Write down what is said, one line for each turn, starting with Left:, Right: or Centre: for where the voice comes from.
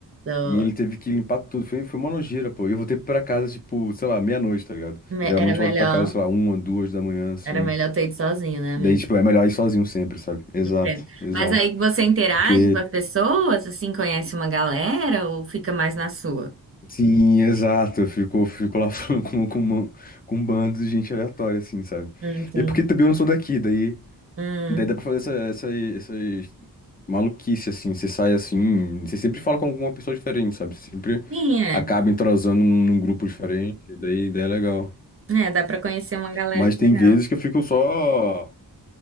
Right: eu-
Left: e ele teve que limpar tudo, foi, foi uma nojeira, pô, E eu voltei pra casa, tipo, sei lá, meia-noite, tá ligado?
Right: me-
Left: Geralmente
Right: era melhor.
Left: eu volto pra casa, sei lá, uma, duas da manhã, assim,
Right: Era melhor ter ido sozinho, né, amigo?
Left: daí, tipo, é melhor ir sozinho sempre, sabe? Exato,
Right: Entendo.
Left: exato,
Right: Mas aí você interage
Left: porque,
Right: com as pessoas, assim, conhece uma galera ou fica mais na sua?
Left: sim, exato, eu fico, fico lá <laughs> falando com, com, um- com um bando de gente aleatória, assim, sabe?
Right: Hum, Entendi.
Left: E porque também eu não sou daqui, daí,
Right: Hum.
Left: daí dá pra fazer essa, essa, essas maluquice, assim. Você sai assim, você sempre fala com alguma pessoa diferente, sabe? Você sempre
Right: Sim, é.
Left: acaba entrosando num grupo diferente, daí, daí é legal.
Right: É, dá pra conhecer uma galera
Left: Mas tem
Right: legal.
Left: vezes que eu fico só.